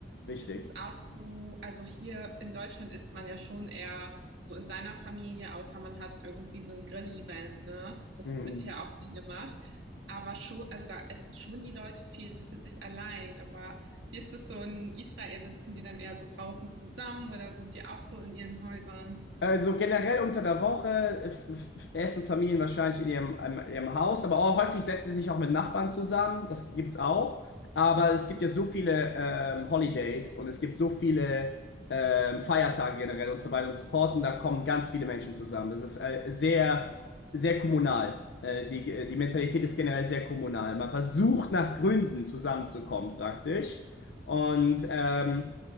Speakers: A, on the left; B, on the right.
A: Richtig.
B: Ist es auch so, also hier in Deutschland isst man ja schon eher so in seiner Familie, außer man hat irgendwie so ein Grill-Event, ne? Das
A: Mhm.
B: wird ja auch viel gemacht. Aber schon, also da essen schon die Leute viel so für sich allein. Aber wie ist das so in Israel? Sitzen die dann eher so draußen zusammen oder sind die auch so in ihren Häusern?
A: Also generell unter der Woche f- f- essen Familien wahrscheinlich in ihrem, in ihrem Haus, aber auch häufig setzen sie sich auch mit Nachbarn zusammen. Das gibt's auch. Aber es gibt ja so viele ähm, Holidays und es gibt so viele ähm, Feiertage generell und so weiter und so fort. Und da kommen ganz viele Menschen zusammen. Das ist äh, sehr, sehr kommunal. Äh, die, die Mentalität ist generell sehr kommunal. Man versucht nach Gründen zusammenzukommen praktisch. Und ähm,